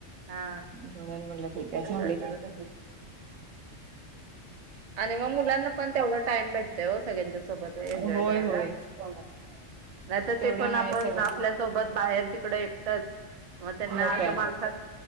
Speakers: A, on the right (about 50°); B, on the right (about 75°).
A: हा
B: म्हणून म्हटल ठीक आहे
A: तस
B: झाले.
A: वाटत बरं. आणि मग मुलांना पण तेव्ह टाईम भेट ते सगळ्यांच्या सोबत एन्जॉय
B: होय
A: करायला.
B: होय
A: <inaudible> नाही तर
B: तेवढ्या
A: ते पण
B: हाय
A: आपण
B: सगळ्या
A: आपल्यासोबत बाहेर तिकड एकटच मग त्यांना
B: मोठ्या
A: असं माणसात